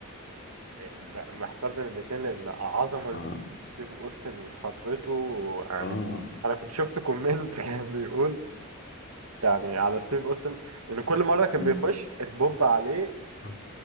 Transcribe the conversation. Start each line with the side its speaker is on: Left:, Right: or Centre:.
Right: م- محتار بين الاتنين لأن عظمة
Left: آه
Right: ستيف أوستن وفترته يعني
Left: آه
Right: أنا كنت شفت كومنت <laughs> كان بيقول يعني على ستيف أوستن إن كل مرة كان
Left: مم.
Right: بيخش البوب عليه
Left: آه